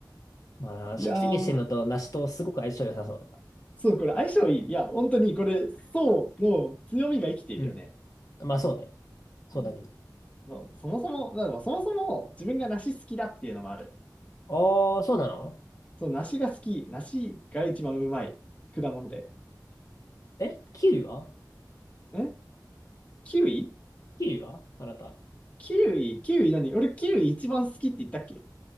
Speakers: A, on the left (about 50°); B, on the left (about 20°).
A: まあな、シャキシャキしてんのと梨とすごく相性良さそうだな。
B: いやー、そう、これ相性いい。いや、本当にこれ、そうの強みが生きているよね。
A: うん。まあそうね。そうだけど。
B: うんそうそもそも、だからそもそも自分が梨好きだっていうのもある。
A: ああ、そうなの
B: そう、梨が好き。梨が一番うまい果物で。
A: えキウイは
B: んキウイ
A: キウイはあなた。
B: キウイ、キウイ何俺キウイ一番好きって言ったっけ